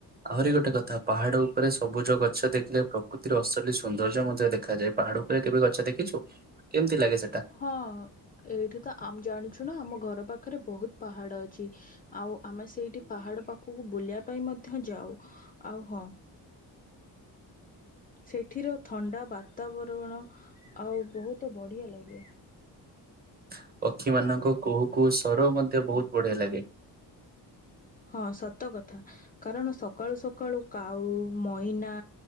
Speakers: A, on the right; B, on the left.
A: ଆହୁରି ଗୋଟେ କଥା ପାହାଡ ଉପରେ ସବୁଜ ଗଛ ଦେଖିଲେ ପ୍ରକୃତିର ଅସଲି ସୁନ୍ଦର୍ଯ୍ୟ ମଧ୍ୟ ଦେଖାଯାଏ। ପାହାଡ ଉପରେ କେବେ ଗଛ ଦେଖିଛୁ କେମିତି ଲାଗେ ସେ
B: ହଁ ଏଇଠି ତ ଆମ ଜାଣିଛୁ ଶୁଣ ଆମ ଘର ପାଖରେ ବହୁତ ପାହାଡ଼ ଅଛି। ଆଉ ଆମେ ସେଇଟି ପାହାଡ଼ ପାଖକୁ ବୁଲିବା ପାଇଁ ମ ଧ୍ୟ ଯାଉ। ଆଉ ହଁ
A: ହଁ
B: ସେଠିର ଥଣ୍ଡା ବାତାବରବଣ ଆଉ ବହୁତ ବଢିଆ ଲାଗେ।
A: <unintelligible> ପକ୍ଷୀମାନଙ୍କ କୁହୁ କୁହୁ ସର ମଧ୍ୟ ବହୁତ ବଢିଆ ଲାଗେ।
B: ହଁ ସତ କଥା କାରଣ ସକାଳୁ ସକାଳୁ କାଉ, ମଇନା